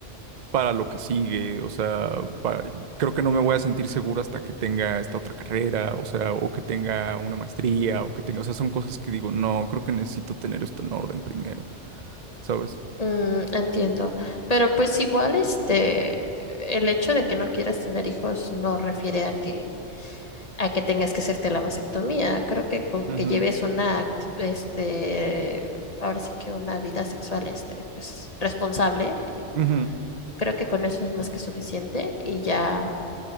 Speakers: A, on the right (about 45°); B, on the left (about 35°).
A: para lo que sigue, o sea, para- creo que no me voy a sentir seguro hasta que tenga esta otra carrera, o sea, o que tenga una maestría, o que tenga, o sea, son cosas que digo, no, creo que necesito tener esto en orden primero, ¿sabes?
B: Mm, entiendo, pero pues igual este, el hecho de que no quieras tener hijos no refiere a que a que tengas que hacerte la vasectomía. Creo que con
A: Ujú,
B: que lleves una, act- este, ahora sí que una vida sexual, este, pues responsable, eh,
A: ujú,
B: creo que con eso es más que suficiente y ya,